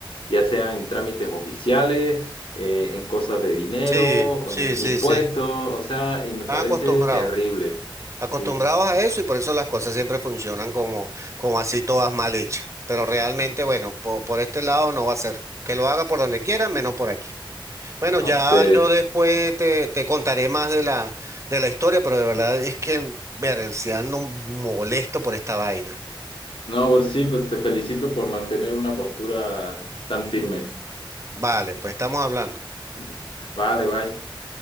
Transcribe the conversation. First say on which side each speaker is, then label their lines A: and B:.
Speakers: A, on the left; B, on the right.
A: ya sea en trámites oficiales, eh, en cosas de dinero,
B: Sí,
A: o
B: sí,
A: en
B: sí,
A: impuestos,
B: sí. Están
A: o sea, y me parece
B: acostumbrados.
A: terrible.
B: acostumbrados
A: Sí.
B: a eso y por eso las cosas siempre funcionan como, como así todas mal hechas. Pero realmente, bueno, po- por este lado no va a ser. Que lo haga por donde quiera, menos por aquí. Bueno,
A: No,
B: ya
A: pues te,
B: yo después te, te contaré más de la, de la historia, pero de verdad es que, ver, si ando molesto por esta vaina.
A: no, pues sí, pues te felicito por mantener una postura tan firme.
B: Vale, pues estamos hablando.
A: <laughs> Vale, bye.